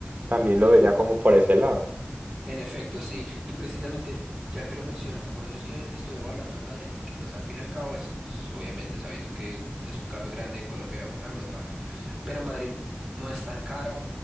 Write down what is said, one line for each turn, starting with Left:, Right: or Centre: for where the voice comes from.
Right: también
Centre: ¿sí?
Right: lo vería como por ese lado.
Centre: En efecto, sí. Y precisamente, ya que lo mencionas, por eso es que estoy evaluando Madrid, porque pues al fin y al cabo es, s- obviamente, sabiendo que mm, es un cambio grande de Colombia a Europa, pero Madrid no es tan caro